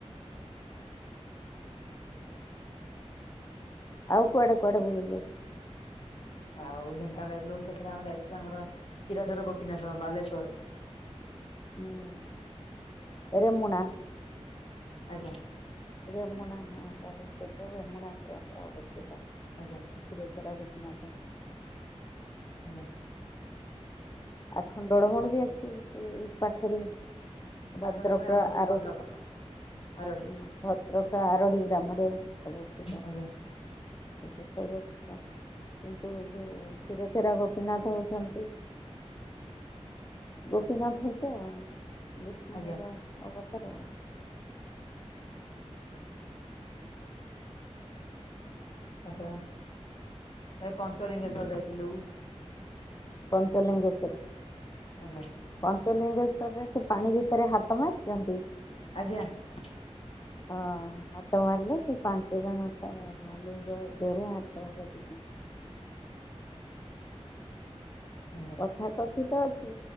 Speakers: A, on the left (about 30°); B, on the left (about 60°).
A: ଆଉ କୁଆଡେ କୁଆଡେ ବୁଲିଲେ?
B: ଆଉ ଢେଙ୍କାନାଳ ଯାଇଥିଲୁ ସେଠଥିରେ ଆମେ ଯାଇଥିଲୁ ଆମର କ୍ଷୀରଚୋରା ଗୋପୀନାଥ ବାଲେଶ୍ଵର
A: ହୁଁ ରେମନା
B: ଆଜ୍ଞା
A: ରରେମୁନା ହଁ ବାଲେଶ୍ୱର ରରେମୁନା ଅବସ୍ଥିତ। କ୍ଷୀରଚୋରା
B: ଆଜ୍ଞା
A: ଗୋପୀନାଥ
B: ଆଜ୍ଞା
A: ଆଖଣ୍ଡଳମଣି ଯୋଉ ଅଛି ସେ ଏଇ ପାଖରେ ଭଦ୍ରକ
B: ଆଖଣ୍ଡଳ ମଣି ଆମର ଯୋଉ
A: ଆରରି
B: ଭଦ୍ରକ ଆରଡି
A: ହୁଁ ଭଦ୍ରକ ଆରଡି ଗ୍ରାମରେ ଅବସ୍ଥିତ।
B: ଆଜ୍ଞା
A: ବା କଥା କିନ୍ତୁ ଏ ଯେଉଁ କ୍ଷୀରଚୋରା ଗୋପୀନାଥ ହେଉଛନ୍ତି ଗୋପୀନାଥ ହସେ ଆଉ ବିଷ୍ଣୁୁର
B: ଆଜ୍ଞା
A: ଅବତାରୁ ଆଉ।
B: ତାପରେ ଏରେ ପଞ୍ଚଲିଙ୍ଗେଶ୍ଵର ଯାଇଥିଲୁ
A: ପାଞ୍ଚଲେଙ୍ଗେଶ୍ଵର
B: ଆଜ୍ଞା
A: ପଞ୍ଚଲିଙ୍ଗେଶ୍ୱର ସେ ପାଣି ଭିତରେ ହାତ ମାରିଛନ୍ତି?
B: <unintelligible>
A: ହଁ ହାତ ମାରିଲେ ସେ ପାଞ୍ଚ ଜଣ ଲିଙ୍ଗ ଦେରୁ ହାତବ ଟିକେ
B: ଆଜ୍ଞା
A: କଥା କଥା ତ ଅଛି